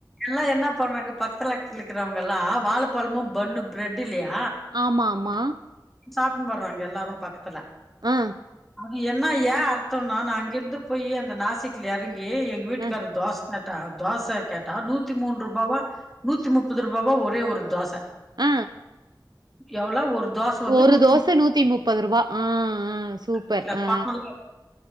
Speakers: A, in the centre; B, on the right.
A: எல்லாம் என்ன பண்றாங்க பக்கத்துலக்கத்துல இருக்கறவங்க எல்லாம் வாழப்பழமும் பண்ணு பிரெட் இல்லையா
B: ஆமா ஆமா மா
A: ஷாப்பிங் வறாங்க எல்லாரும் பக்கத்துல
B: ஆ
A: அது என்ன ஏன் அர்த்தம்னா நான் அங்கிருந்து போயி அந்த நாசிக்ல எறங் ஏய் எங்க வீட்டுக்கார்
B: ஆ
A: தோச கேட்டா தோச கேட்டா நூத்தி மூன்று ரூபாவா அது. நூத்தி முப்பது ரூபாவா ஒரே ஒரு தோச
B: ஆ
A: எவ்ளோ ஒரு தோச வந்து
B: ஒரு
A: ரூ.
B: தோச நூத்தி முப்பது ரூபா ஆ ஆ சூப்பர்
A: வீட்ல
B: ஆ
A: பணம்லாம்